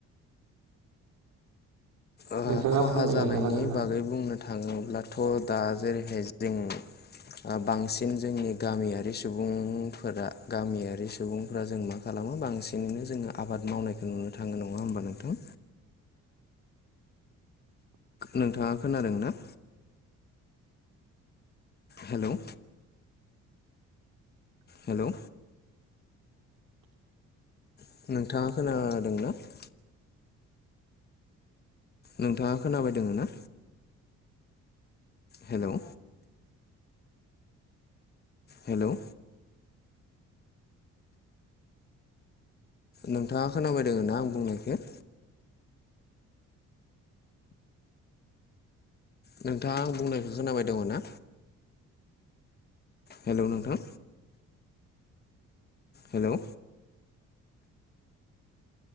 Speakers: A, on the left; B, on the right.
A: ओ
B: नोंथाङा
A: खहा
B: फोरमायलांनो
A: जानायनि
B: हागोन ना?
A: बागै बुंनो थाङोब्लाथ' दा जेरैहाय ज <inaudible> <unintelligible> बांसिन जोंनि गामियारि सुबुंफोरा गामियारि सुबुंफोरा जों मा खालामो बांसिनैनो जोङो आबाद मावनायखौ नुनो थाङो नङा होमबा नोंथां नोंथाङा खोनादों ना हेलौ हेलौ नोंथाङा खोनादोंना नोंथां नोंथाङा खोनाबायदोंङो ना हेलौ हेलौ नोंथाङा खोनाबायदों ना आं बुंनायखो नोंथाङा आं बुंनायखौ खोनाबाय दङ ना हेलौ नोंथां हेलौ